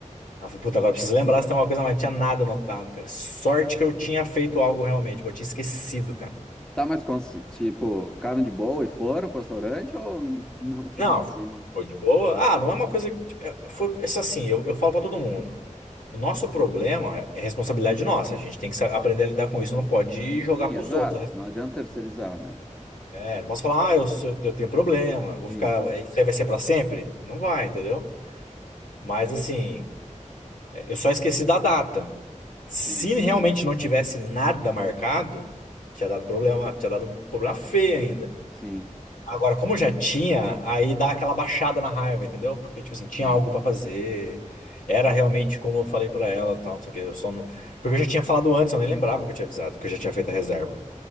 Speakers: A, on the left; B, in the centre.
A: Aí eu falei, puta, agora preciso lembrar se tem alguma coisa, mas não tinha nada anotado, cara. Sorte que eu tinha feito algo realmente, mas eu tinha esquecido, cara.
B: Tá, mas cons- tipo, ficaram de boa e foram pro restaurante ou n- <laughs> não tinha
A: Não,
B: mais clima?
A: foi de boa. Ah, não é uma coisa. que, tipo, é, Foi, isso assim, eu, eu falo pra todo mundo. O nosso problema é é responsabilidade nossa. A gente tem que sa- aprender a lidar com isso. Não pode jogar
B: Sim,
A: pros
B: exato.
A: outros. a res-
B: Não adianta terceirizar, né?
A: É, não posso falar, ah, eu, sou- eu tenho problema, vou
B: Sim,
A: ficar. é, Isso aí vai ser pra sempre? Não vai, entendeu? Mas assim, é, eu só esqueci da data. Se
B: sim,
A: realmente não tivesse nada marcado, tinha dado problema, tinha dado problema feio ainda.
B: sim,
A: Agora, como já tinha, aí dá aquela baixada na raiva, entendeu? Porque, tipo assim, tinha
B: sim.
A: algo pra fazer. Era realmente como eu falei pra ela, tal, não sei o quê. Eu só não... Porque eu já tinha falado antes, eu nem lembrava que eu tinha avisado, que eu já tinha feito a reserva.